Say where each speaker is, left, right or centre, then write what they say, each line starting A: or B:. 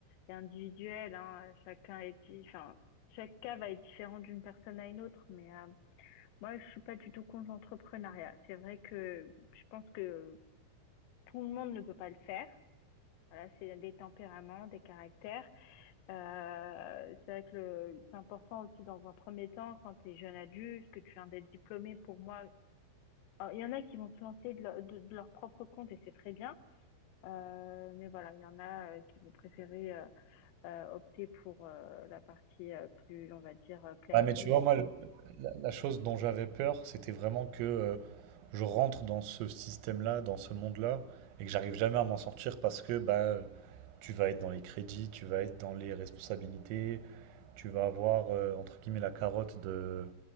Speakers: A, on the left (about 85°); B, on the right (about 85°).
A: est individuel, hein. Chacun est, di- enfin, chaque cas va être différent d'une personne à une autre, mais, euh, Moi, je suis pas du tout contre l'entrepreneuriat. C'est vrai que je pense que tout le monde ne peut pas le faire. Voilà, c'est des tempéraments, des caractères. Euh, c'est vrai que le- c'est important aussi dans un premier temps, quand tu es jeune adulte, que tu viens d'être diplômé, pour moi. Alors, il y en a qui vont se lancer de, leur de- de leur propre compte et c'est très bien. Euh, mais voilà, il y en a euh, qui vont préférer euh, euh, opter pour euh, la partie euh, plus, on va dire, euh, classique.
B: Ouais, mais tu vois, moi, le- la, la chose dont j'avais peur, c'était vraiment que euh, je rentre dans ce système-là, dans ce monde-là, et que j'arrive jamais à m'en sortir parce que bah, euh, tu vas être dans les crédits, tu vas être dans les responsabilités, tu vas avoir, euh, entre guillemets, la carotte de,